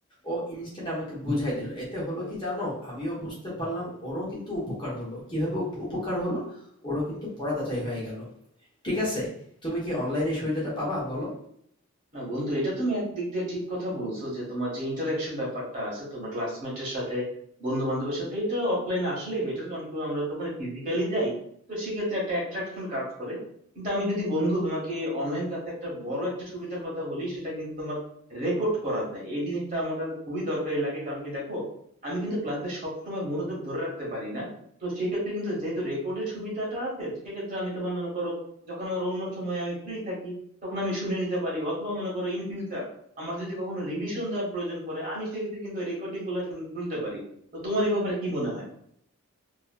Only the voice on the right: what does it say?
না বন্ধু এটা তুমি একদিক দিয়ে ঠিক কথা বলছো যে তোমার যে ইন্টারাকশন ব্যাপারটা আছে তোমার ক্লাসমেটের সাথে বন্ধু বান্ধবের সাথে এটা অফলাইনে আসলেই বেটার কারণ কি আমরা তো ওখানে ফিজিক্যালি যাই তো সেক্ষেত্রে একটা অ্যাট্রাকশন কাজ করে কিন্তু আমি যদি বন্ধু তোমাকে অনলাইন ক্লাসে একটা বড় একটা সুবিধার কথা বলি সেটা কিন্তু তোমার রেকর্ড করা যায় এই জিনিসটা আমার কাছে খুবই দরকারি লাগে কারণ কি দেখো আমি কিন্তু ক্লাসে সবসময় মনোযোগ ধরে রাখতে পারি না তো সেক্ষেত্রে কিন্তু যেহেতু রেকর্ডের সুবিধাটা আছে সেক্ষেত্রে আমি তোমার মনে করো যখন আমার অন্য সময় আমি ফ্রি থাকি তখন আমি শুনে নিতে পারি অথবা মনে করো ইন ফিউচার আমার যদি কখনো রিভিশন দেওয়ার প্রয়োজন পড়ে আমি সেক্ষেত্রে কিন্তু রেকর্ডিং গুলো শুন- শুনতে পারি তো তোমার এই ব্যাপারে কি মনে হয়